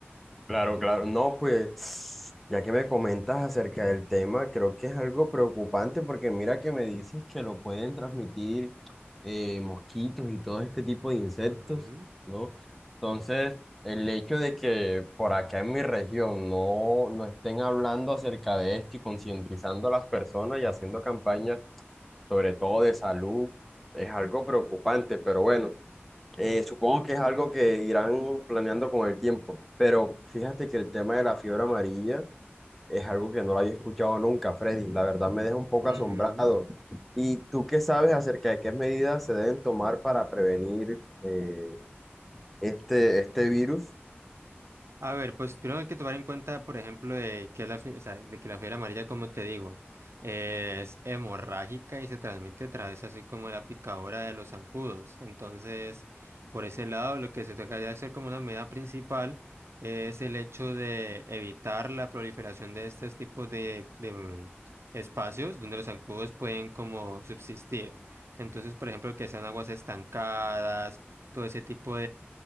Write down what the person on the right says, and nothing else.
Ujú,
ujú.
A ver, pues primero hay que tomar en cuenta, por ejemplo, de que la, fie- o sea, de que la fiebre amarilla, como te digo, eh, es hemorrágica y se transmite a través así como de la picadura de los zancudos. Entonces, por ese lado, lo que se tocaría hacer como una medida principal es el hecho de evitar la proliferación de estos tipos de, de, mm, espacios donde los zancudos pueden como subsistir. Entonces, por ejemplo, que sean aguas estancadas, todo ese tipo